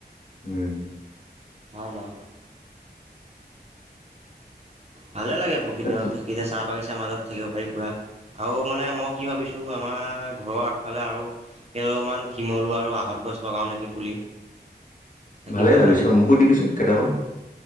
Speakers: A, on the left; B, on the right.
A: উম
B: ভাল অ ভালে লাগে প্ৰকৃতিৰ
A: এ,
B: মাজত
A: তো-
B: থাকিলে চাহ বাগি মাজত থাকিব পাৰি পুৰা আৰু মানে মই কি ভাবিছোঁ আমাৰ ঘৰৰ আগফালে আৰু কেইমান শিমলু, আৰু আহঁত, গছ লগাওঁ নেকি পুলি। থাকি
A: ভালেই
B: ভাল
A: ভাবিছো
B: লাগে
A: মোকো দিবিচোন কেইটামান।